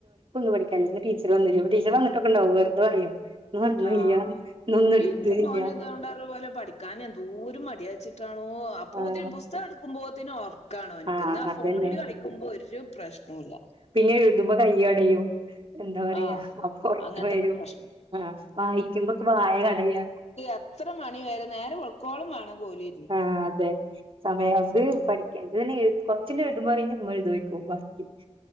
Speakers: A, on the right (about 50°); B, on the left (about 70°).
A: പഠിക്കാനില്ല. ടീച്ച വന്നില്ല. ടിച്ചർ വന്നിട്ടൊക്കെ ഉണ്ടാവും. വെറുതെ പറയും ഇന്ന് വന്നില്ല
B: ആഹ്
A: ഇന്നൊന്നും എടുത്തീല്ല
B: ഇന്റെ മോൻ ഇതോണ്ടരു പോലെ പഠിക്ക കാന് എന്തോര് മട്യാച്ചിട്ടാണോ അപ്പോ
A: ആഹ്
B: ത്തിനു പുസ്തകം ഇടുക്കുമ്പോത്തന് ഒറ് കാണോ എൻക്ക്
A: ആഹ്
B: ഇന്നാ
A: അതന്നെ
B: ഫോണില് കളിക്കുമ്പോ ഒരു പ്രശ്ണൂല്ല.
A: പിന്നെ എഴുതുമ്പോ കയ്യ് കടയും. എന്താ പറയാ
B: ആഹ്
A: അപ്പം ഒറക്ക
B: അങ്ങനത്തൊക്കെ
A: വരും
B: പ്രശ്നം
A: അഹ്. വായിക്കുമ്പോക്കെ വായ കടയാ.
B: അത്ര മണി വരെ നേരം വെളുക്കോളം മാണംകോലി
A: ആഹ് അതെ. സമയം അത് പഠിക്ക ഇത് തന്നെ എ കൊറച്ച് എഴുതുമ്പോ പറയും ഉമ്മ എഴു തോഴ്ക്കും വക്കി